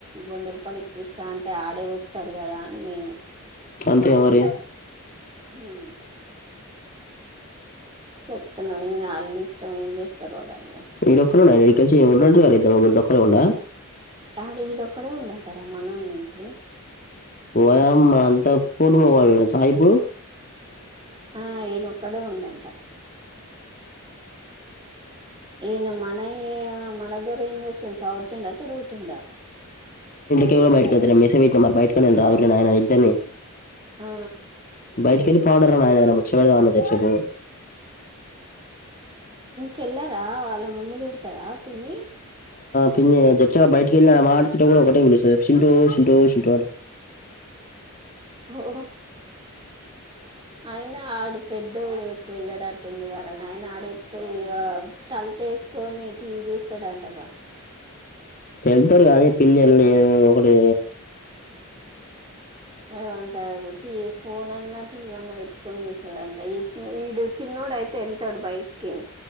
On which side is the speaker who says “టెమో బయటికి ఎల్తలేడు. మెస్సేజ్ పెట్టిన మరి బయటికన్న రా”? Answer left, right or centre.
Left